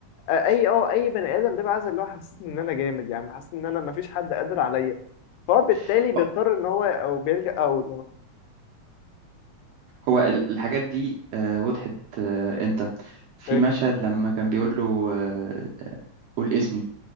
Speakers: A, on the left; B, on the right.
A: آه، اي اه اي بني ادم بيبقى عايز اللي هو حسسني ان انا جامد يعني حاسس ان انا مفيش حد قادر عليا فهو بالتالي
B: <laughs>
A: بيضطر ان هو او بيلجأ او
B: هو ال- الحاجات دي آه، وضحت آه، امتى في
A: ايه
B: مشهد لما كان بيقول له آه، قول اسمي